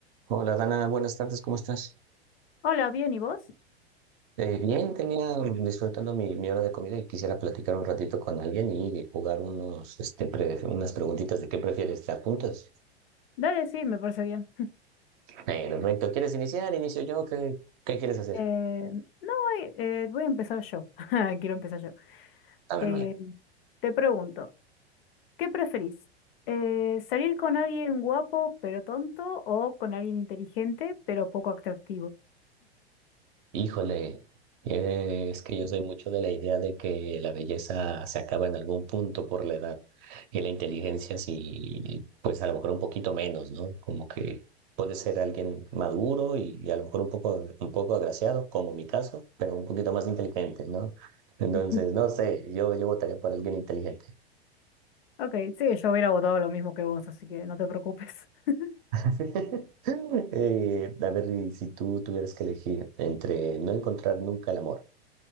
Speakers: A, on the right; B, on the left.
A: Hola Dana, buenas tardes, ¿cómo estás?
B: Hola, bien, ¿y vos?
A: Eh, bien, tenía disfrutando mi, mi hora de comida y quisiera platicar un ratito con alguien y jugar unos, este, pre- unas preguntitas de qué prefieres, ¿te apuntas?
B: Dale, sí, me parece bien. <laughs>
A: Eh, Perfecto, ¿quieres iniciar? Inicio yo, ¿qué, qué quieres hacer?
B: Eh, no, ay, eh, voy a empezar yo. <laughs> Quiero empezar yo.
A: A ver,
B: Eh,
A: vale.
B: te pregunto, ¿qué preferís? Eh, ¿salir con alguien guapo pero tonto o con alguien inteligente pero poco atractivo?
A: Híjole, eh, es que yo soy mucho de la idea de que la belleza se acaba en algún punto por la edad y la inteligencia sí, pues a lo mejor un poquito menos, ¿no? Como que puede ser alguien maduro y, y a lo mejor un poco, un poco agraciado, como mi caso, pero un poquito más inteligente, ¿no? Entonces,
B: <laughs>
A: no sé, yo, yo votaría por alguien inteligente.
B: Ok, sí, yo hubiera votado lo mismo que vos, así que no te preocupes. <laughs>
A: <laughs> Eh, a ver, y si tú tuvieras que elegir entre no encontrar nunca el amor,